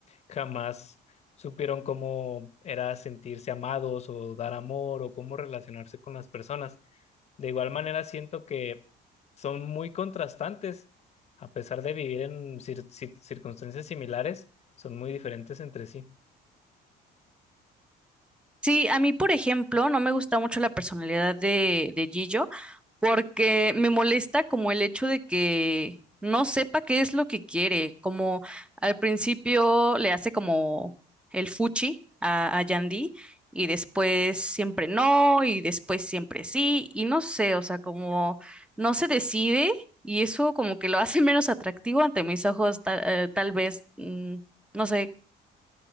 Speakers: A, on the left; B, in the centre.
A: jamás supieron cómo era sentirse amados o dar amor o cómo relacionarse con las personas. De igual manera, siento que son muy contrastantes, a pesar de vivir en cir- cir- circunstancias similares, son muy diferentes entre sí.
B: Sí, a mí, por ejemplo, no me gusta mucho la personalidad de, de Gillo porque me molesta como el hecho de que no sepa qué es lo que quiere, como al principio le hace como el fuchi a, a Yandy y después siempre no y después siempre sí y no sé, o sea, como no se decide y eso como que lo hace <laughs> menos atractivo ante mis ojos, ta- eh, tal, vez, mm, no sé,